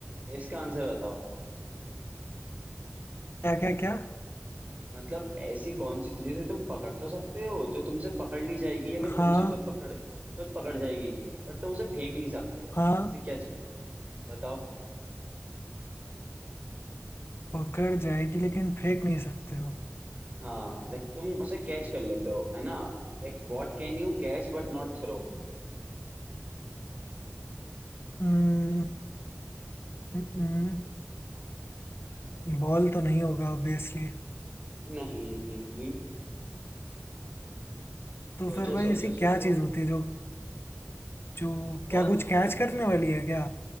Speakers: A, on the right (about 35°); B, on the left (about 60°).
A: इसका आंसर बताओ
B: क्या क्या क्या
A: मतलब ऐसी कौन सी चीज है जिसे तुम पकड़ तो सकते हो जो तुमसे पकड़ ली जाएगी या फिर
B: हाँ
A: तुमसे खुद पकड़ खुद पकड़ जाएगी बट तुम उसे फेंक नहीं सकते
B: हाँ
A: ऐसी क्या चीज है बताओ
B: पकड़ जाएगी लेकिन फेंक नहीं सकते हो
A: हाँ लाइक तुम उसे कैच कर लेते हो है ना Like what can you catch but not throw
B: हम्म, हम्म, हम्म, बॉल तो नहीं
A: बताओ
B: होगा ऑब्वियसली
A: नहीं नहीं नहीं
B: तो
A: सोचो
B: फिर भाई
A: सोचो
B: ऐसी क्या
A: सोचो
B: चीज होती है जो जो
A: बहुत
B: क्या कुछ
A: लाइक
B: कैच करने वाली है क्या